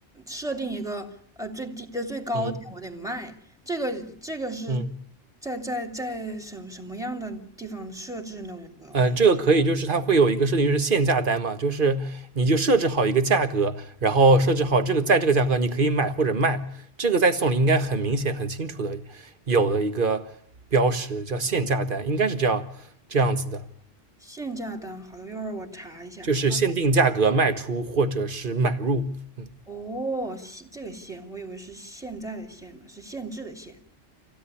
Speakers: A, in the centre; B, on the right.
A: 设定一个呃最低的最高点，
B: 嗯
A: 我得卖。这个这个是
B: 嗯
A: 在在在什什么样的地方设置呢？我我
B: 呃，这个可以，就是它会有一个设定，就是限价单嘛，就是你就设置好一个价格，然后设置好这个在这个价格你可以买或者卖，这个在送礼应该很明显、很清楚的有的一个标识叫限价单，应该是这样这样子的，
A: 限价单，好的，一会儿我查一下。
B: 就是限定价格卖出或者是买入。嗯，
A: 哦，现这个限，我以为是现在的限呢，是限制的限。